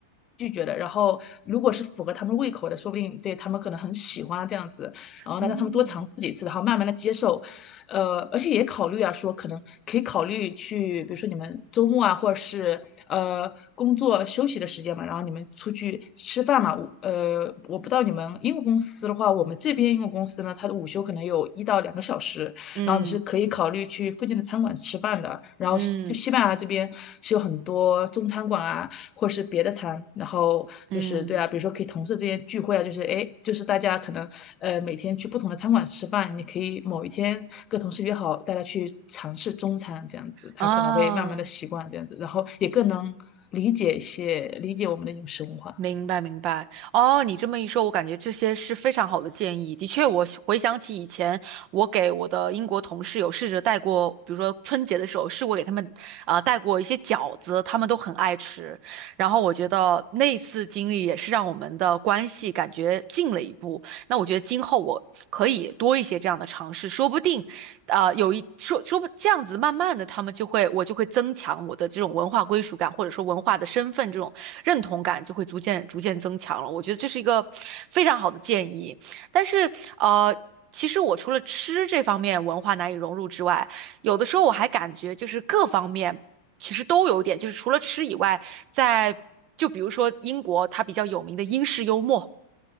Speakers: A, on the left; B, on the right.
A: 拒绝的。然后，如果是符合他们胃口的，说不定对他们可能很喜欢这样子。然后呢让他们多尝试几次，
B: 嗯
A: 然后慢慢的接受，呃，而且也考虑啊，说可能可以考虑去，比如说你们周末啊，或者是呃工作休息的时间嘛，然后你们出去吃饭嘛，我呃，我不知道你们英国公司的话，我们这边英国公司呢，它的午休可能有一到两个小时，
B: 嗯嗯
A: 然后你是可以考虑去附近的餐馆吃饭的，然后西就西班牙这边是有很多中餐馆啊。
B: 嗯
A: 或是别的餐，然后就是对啊，
B: 嗯
A: 比如说可以同事之间聚会啊，就是哎，就是大家可能呃每天去不同的餐馆吃饭，你可以某一天跟同事约好，大家去尝试中餐这样子，他可能会慢慢的习惯这样子，
B: 啊，哦
A: 然后也更能理解一些理解我们的饮食文化。
B: 明白明白哦，你这么一说，我感觉这些是非常好的建议。的确，我回想起以前，我给我的英国同事有试着带过，比如说春节的时候，试过给他们啊、带过一些饺子，他们都很爱吃。然后我觉得那次经历也是让我们的关系感觉近了一步。那我觉得今后我可以多一些这样的尝试，说不定啊、有一说说不这样子，慢慢的他们就会我就会增强我的这种文化归属感，或者说文化的身份这种。认同感就会逐渐逐渐增强了。我觉得这是一个非常好的建议。但是呃，其实我除了吃这方面文化难以融入之外，有的时候我还感觉就是各方面其实都有点，就是除了吃以外，在就比如说英国它比较有名的英式幽默，